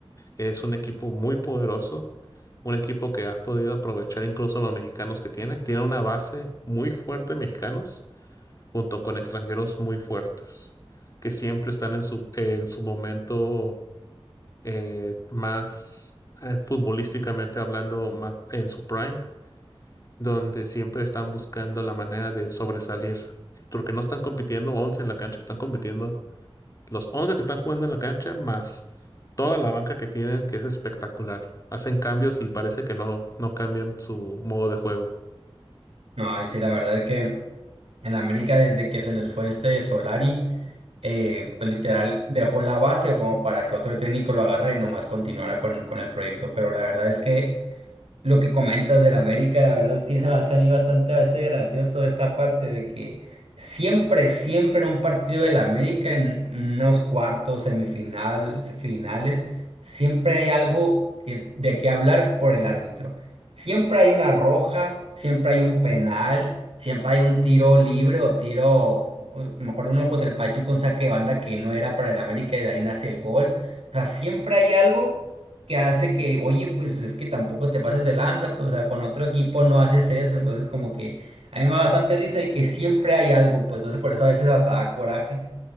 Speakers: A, on the left (about 35°); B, on the right (about 80°).
A: Es un equipo muy poderoso, un equipo que ha podido aprovechar incluso los mexicanos que tiene. Tiene una base muy fuerte de mexicanos junto con extranjeros muy fuertes que siempre están en su, en su momento eh, más eh, futbolísticamente hablando, más en su prime donde siempre están buscando la manera de sobresalir, porque no están compitiendo 11 en la cancha, están compitiendo los 11 que están jugando en la cancha más toda la banca que tienen, que es espectacular. Hacen cambios y parece que no, no cambian su modo de juego.
B: No, y sí, la verdad es que... En la América, desde que se les fue este Solari, eh, pues literal dejó la base como para que otro técnico lo agarre y nomás continuara con, con el proyecto. Pero la verdad es que lo que comentas del América, la verdad sí se me hace a mí bastante a veces gracioso esta parte de que siempre, siempre en un partido del América, en unos cuartos, semifinal, finales, siempre hay algo que- de qué hablar por el árbitro. Siempre hay una roja, siempre hay un penal, siempre hay un tiro libre o tiro, o- me acuerdo uno contra el Pachuca, un saque de banda que no era para el América y de ahí nace el gol. O sea, siempre hay algo que hace que, oye, pues es que tampoco te pases de lanza, pues o sea, con otro equipo no haces eso, entonces como que a mí me da bastante risa y que siempre hay algo, pues entonces por eso a veces hasta da coraje.